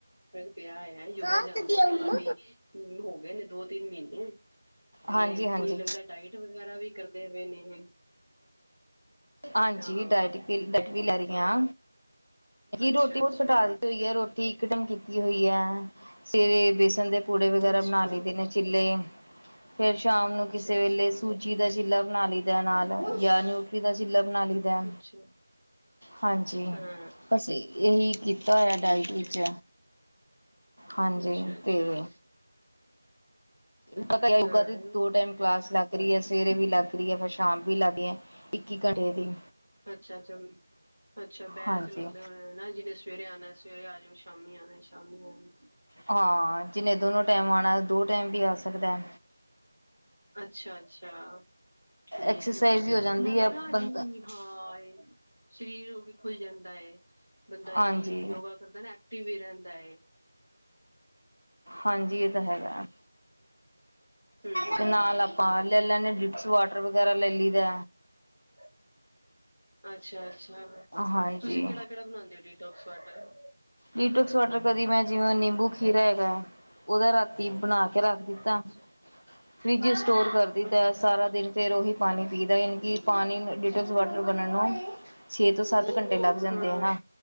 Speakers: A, on the right; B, on the left.
A: ਪਿਆ ਹੈ ਹੋਏਗਾ ਯੋਗਾ,
B: ਕਾ
A: ਜਾਂਦੇ
B: ਤਦੀਆ
A: ਨੇ
B: ਅੰਮਾ
A: ਕਾਫ਼ੀ ਮੈਂਨੂੰ ਹੋ ਗਏ ਨੇ, ਦੋ ਤਿੰਨ ਮਹੀਨੇ, ਤੇ
B: ਹਾਂਜੀ ਹਾਂਜੀ
A: ਕੋਈ ਲੱਗਦਾ ਡਾਇਟ ਵਗੈਰਾ ਵੀ, ਕਰਦੇ ਪਏ ਨੇ,
B: ਹਾਂਜੀ
A: ਹਾਂ
B: ਡਇਟ-ਡਾਇਟ ਹੀ ਲੇ ਰਹੀ। ਆ,
A: ਅੱਛਾ
B: ਰੋਟੀ ਬਹੁਤ
A: ਅੱਛਾ
B: ਘਟਾ ਤੀ ਹੋਈ ਹੈ ਰੋਟੀ ਇੱਕ ਟੈਮ ਕੀਤੀ ਹੋਈ ਐ। ਸਵੇਰੇ ਬੇਸਣ ਦੇ, ਪੂੜੇ ਵਗੈਰਾ
A: ਅੱਛਾ
B: ਬਣਾ ਲਈਦੇ ਨੇ ਚਿੱਲੇ, ਫੇਰ ਸ਼ਾਮ ਨੂੰ
A: ਅੱਛਾ
B: ਕਿਸੇ
A: ਅੱਛਾ
B: ਵੇਲੇ ਸੂਜੀ ਦਾ ਚਿੱਲਾ ਬਣਾ ਲਈ ਦਾ ਨਾਲ ਜਾਂ ਨਿ ਸੀ, ਲ ਬਣਾ ਲਈ ਦਾ,
A: ਅੱਛਾ
B: ਹਾਂਜੀ
A: ਹਾਂ
B: ਬਸ ਇਹੀ ਕੀਤਾ
A: ਠੀਕ
B: ਹੋਇਆ ਡਾਇਟ ਵਿੱਚ
A: ਹੈ
B: ਹਾਂਜੀ
A: ਅੱਛਾ ਅੱਛਾ
B: ਤੇ, ਪਤਾ ਯੋਗਾ
A: ਹਾਂ
B: ਦੀ ਦੋ ਟਾਈਮ ਕਲਾਸ ਲੱਗ ਰਹੀ ਹੈ ਸਵੇਰੇ ਵੀ ਲੱਗ ਰਹੀ ਹੈ ਫਿਰ ਸ਼ਾਮ ਵੀ ਲੱਗ ਹੈ ਇੱਕ ਘੰਟੇ ਦੀ
A: ਅੱਛਾ-ਅੱਛਾ, ਅੱਛਾ ਬੈਚ
B: ਹਾਂਜੀ
A: ਚ ਲੱਗਦੇ ਹੋਣੇ ਨਾ ਜਿਨੇ ਸਵੇਰੇ ਆਣਾ ਸਵੇਰੇ ਆ ਜਾਓ ਸ਼ਾਮੀ ਆਣਾ ਸ਼ਾਮੀ ਆਜੋ।
B: ਹਾਂ ਜਿਹਨੇ ਦੋਨੋ ਟਾਈਮ ਆਣਾ ਦੋ ਟਾਈਮ ਵੀ ਆ ਸਕਦਾ।
A: ਅੱਛਾ-ਅੱਛਾ, ਠੀਕ
B: ਐਕਸਰਸਾਈਜ਼
A: ਹੈ
B: ਵੀ ਹੋ ਜਾਂਦੀ
A: ਨਾਲੇ
B: ਹੈ
A: ਨਾ
B: ਬੰਦਾ
A: ਜਿਵੇਂ ਹਾਂ ਸਰੀਰ ਵੀ ਖੁੱਲ ਜਾਂਦਾ ਏ, ਬੰਦਾ ਯੋਗਾ
B: ਹਾਂਜੀ
A: ਕਰਦਾ ਨਾ ਐਕਟਿਵ ਵੀ ਰਹਿੰਦਾ ਐ।
B: ਹਾਂਜੀ, ਇਹ ਤਾਂ ਹੈਗਾ।
A: ਹੂੰ-ਹੂੰ,
B: ਤੇ ਨਾਲ ਆਪਾਂ ਲੈ ਲੈਂਦੇ ਹਾਂ ਡਿਟਸ ਵਾਟਰ ਵਗੈਰਾ ਲੈ ਲਈ ਦਾ
A: ਅੱਛਾ, ਅੱਛਾ-ਅੱਛਾ,
B: ਹਾਂਜੀ
A: ਤੁਸੀਂ ਕਿਹੜਾ-ਕਿਹੜਾ ਬਣਾਦੇ ਔ ਡੀ ਡੋਕਸ ਵਟਾਰ,
B: ਲੀਟੋਕਸ ਵਾਟਰ ਕਦੀ ਮੈਂ ਜਿਵੇਂ ਨਿੰਬੂ ਖੀਰਾ ਹੈਗਾ ਹੈ ਉਹਦਾ ਰਾ ਬਣਾ ਕੇ ਰੱਖ ਦਿੱਤਾ
A: ਅੱਛਾ,
B: ਫਰਿੱਜ ਸਟੋਰ ਕਰ ਦਿੱਤਾ
A: ਅੱਛਾ
B: ਸਾਰਾ ਦਿਨ ਫਿਰ ਉਹੀ ਪਾਣੀ ਪੀ ਦਾ ਯਾਨੀ ਕਿ ਪਾਣੀ ਲੇਟਸ ਵਰਸਨ ਬਣਨ ਨੂੰ ਛੇ ਤੋਂ ਸ ਸੱਤ ਘੰਟੇ ਲੱਗ ਜਾਂਦੇ
A: ਹਾਂ।
B: ਐ ਨਾ